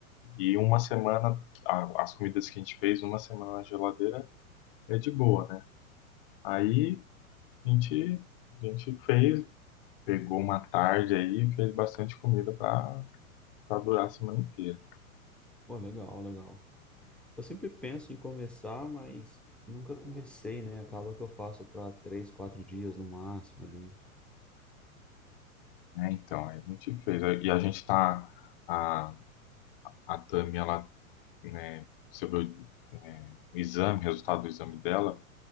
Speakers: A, on the left; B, in the centre.
A: E uma semana, a- as comidas que a gente fez, uma semana na geladeira é de boa, né? Aí a gente, a gente fez, pegou uma tarde aí, fez bastante comida para para durar a semana inteira.
B: Pô, legal, legal. Eu sempre penso em começar, mas nunca comecei, né? Acaba que eu faço pra três, quatro dias no máximo ali.
A: né? então, aí a gente fez. E a gente tá, a, a Tami, ela, né, recebeu é, o exame, resultado do exame dela